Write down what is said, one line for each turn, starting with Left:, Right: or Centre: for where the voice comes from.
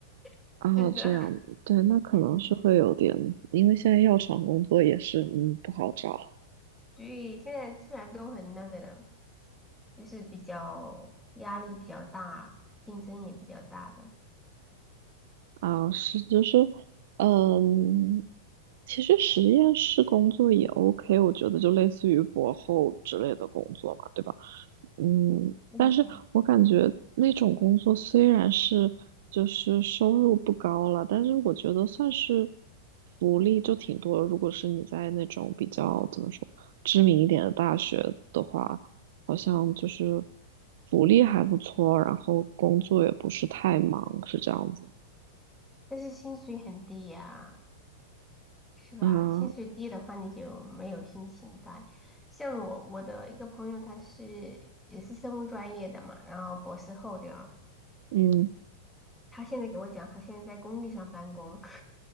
Centre: <laughs>
Right: 啊，
Centre: 真的。
Right: 这样，对，那可能是会有点，
Centre: 嗯，
Right: 因为现在药厂工作也是，嗯，不好找。
Centre: 对，现在基本上都很那个的，就是比较压力比较大，竞争也比较大的，
Right: 啊，是就是，嗯，其实实验室工作也 OK，我觉得就类似于博后之类的工作嘛，对吧？嗯，
Centre: 嗯
Right: 但是我感觉那种工作虽然是就是收入不高了，但是我觉得算是福利就挺多。如果是你在那种比较怎么说知名一点的大学的话，好像就是福利还不错，
Centre: 嗯，
Right: 然后工作也不是太忙，是这样子。
Centre: 但是薪水很低呀、是吧？
Right: 嗯，
Centre: 薪水低的话，你就没有心情带。像我我的一个朋友，他是也是生物专业的嘛，然后博士后这样子，
Right: 嗯
Centre: 他现在给我讲，他现在在工地上办公，